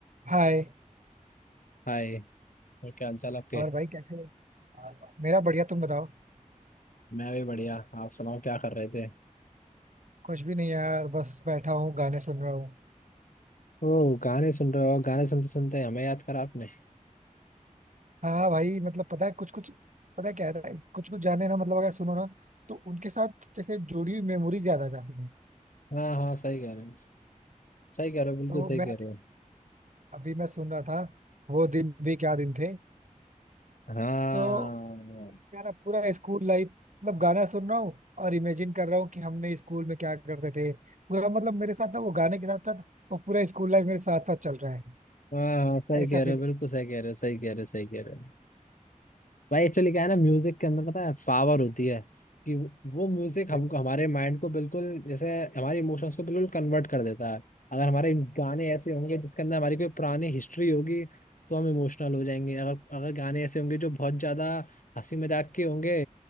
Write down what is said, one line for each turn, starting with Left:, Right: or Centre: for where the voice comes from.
Right: हाय
Left: हाय और क्या हाल चाल आपके
Right: और भाई कैसे हो मेरा बढ़िया तुम बताओ
Left: मैं भी बढ़िया आप सुनाओ क्या कर रहे थे
Right: कुछ भी नहीं यार बस बैठा हूँ गाने सुन रहा हूँ
Left: ओ गाने सुन रहे हो और गाने सुनते सुनते हमें याद करा आपने
Right: हाँ हाँ भाई मतलब पता है कुछ कुछ पता है क्या है कुछ कुछ गाने ना मतलब अगर सुनो ना तो उनके साथ जैसे जुड़ी हुई मेमोरी ज्यादा आ जाती है
Left: हाँ हाँ सही कह रहे हो सही कह रहे हो बिल्कुल
Right: तो
Left: सही
Right: मैं
Left: कह
Right: अभी,
Left: रहे हो
Right: अभी मैं सुन रहा था वो दिन भी क्या दिन थे
Left: हाँ
Right: तो यार अब पूरा स्कूल लाइफ मतलब गाना सुन रहा हूँ और इमेजिन कर रहा हूँ कि हमने स्कूल में क्या करते थे पूरा मतलब मेरे साथ ना वो गाने के साथ साथ वो पूरा स्कूल लाइफ मेरे साथ साथ चल रहा है
Left: हाँ हाँ, सही
Right: ऐसा
Left: कह रहे
Right: फील
Left: हो बिल्कुल सही कह रहे हो सही कह रहे हो सही कह रहे हो भाई एक्चुअली क्या है ना म्यूजिक के अंदर पता है पावर होती है कि वो म्यूजिक
Right: कुछ
Left: हमको हमारे माइंड को बिल्कुल जैसे हमारे इमोशंस को बिल्कुल कन्वर्ट कर देता है अगर हमारे गाने ऐसे होंगे जिसके अंदर हमारी कोई पुरानी हिस्ट्री होगी तो हम इमोशनल हो जाएंगे अगर अगर गाने ऐसे होंगे जो बहुत ज्यादा हंसी मजाक के होंगे